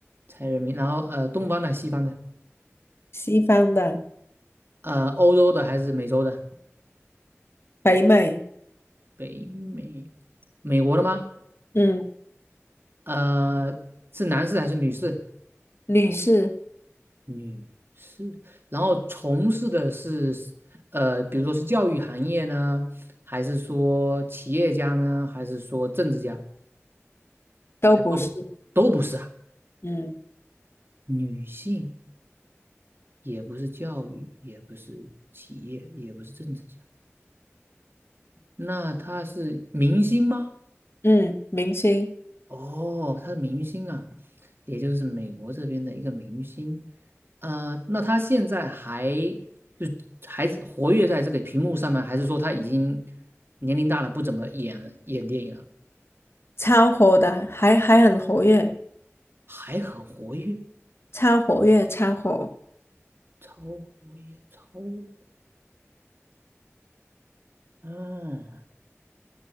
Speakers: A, on the right; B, on the left.
A: 猜人名，然后呃，东方的、西方的，
B: 西方的，
A: 呃，欧洲的还是美洲的？
B: 北美。
A: 北美，美国的吗？
B: 嗯。
A: 呃，是男士还是女士？
B: 女士
A: 女士，然后从事的是，呃，比如说是教育行业呢，还是说企业家呢，还是说政治家，
B: 都不是，
A: 还都都不是啊。
B: 嗯
A: 女性也不是教育，也不是企业，也不是政治家，那她是明星吗？
B: 嗯，明星
A: 哦，他是明星啊，也就是美国这边的一个明星。呃，那他现在还就还活跃在这个屏幕上面，还是说他已经年龄大了，不怎么演了演电影了，
B: 超火的，还还很活跃，
A: 还很活跃，
B: 超活跃，超火，
A: 超活跃，超活嗯，